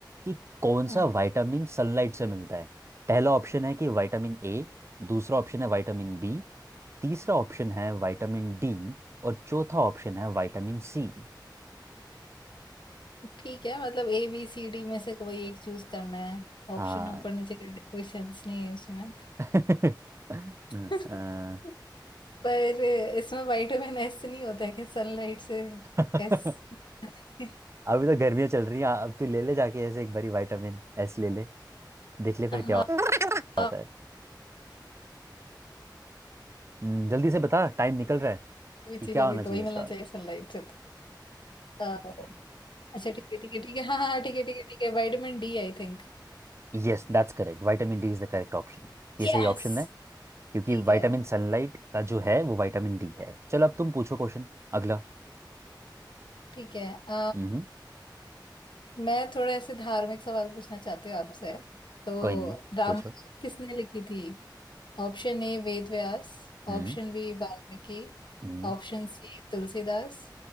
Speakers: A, on the right; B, on the left.
A: कि कौन
B: हम्म
A: सा विटामिन सनलाइट से मिलता है पहला ऑप्शन है कि विटामिन ए दूसरा ऑप्शन है विटामिन बी तीसरा ऑप्शन है विटामिन डी और चौथा ऑप्शन है विटामिन सी
B: ठीक है मतलब ए बी सी डी में से कोई एक चूज करना है ऑप्शन
A: हाँ
B: ऊपर नीचे करने का कोई सेंस नहीं है इसमें
A: <laughs>
B: <laughs>
A: हाँ।
B: पर इसमें वाइटामिन एस से नहीं होता है कि सनलाइट से
A: <laughs>
B: एस <laughs>
A: अभी तो गर्मियाँ चल रही हैं अब तू ले ले जाके ऐसे एक बारी विटामिन एस ले ले देख ले फिर
B: हाँ
A: क्या होता
B: कोई
A: है हम्म, जल्दी से बता टाइम निकल रहा है
B: भी
A: कि
B: चीज
A: क्या
B: होगी
A: होना
B: तो
A: चाहिए
B: वही
A: इसका
B: मिलना चाहिए सनलाइट से अ, अच्छा ठीक है ठीक है ठीक है हाँ हाँ ठीक है ठीक है ठीक है vitamin D I think
A: Yes that's correct vitamin D is the correct option ये
B: Yes
A: सही ऑप्शन है क्योंकि
B: ठीक
A: विटामिन
B: है
A: सनलाइट का जो है वो विटामिन डी है चलो अब तुम पूछो क्वेश्चन अगला
B: ठीक है अ,
A: हम्म
B: मैं थोड़ा ऐसे धार्मिक सवाल पूछना चाहती हूँ आपसे तो
A: कोई नहीं
B: रामायण
A: पूछो
B: किसने लिखी थी Option A Ved Vyas
A: हम्म
B: Option B Valmiki
A: हम्म।
B: Option C Tulsidas